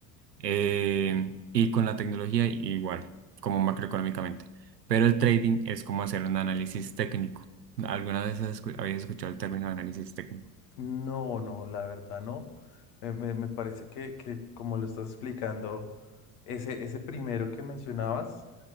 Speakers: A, on the right (about 80°); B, on the left (about 65°).
A: Eh, y con la tecnología igual, como macroeconómicamente. Pero el trading es como hacer un análisis técnico. ¿Alguna vez has escu- habéis escuchado el término de análisis técnico?
B: No, no, la verdad no. Me, me- me parece que, que como lo estás explicando Ese, ese primero que mencionabas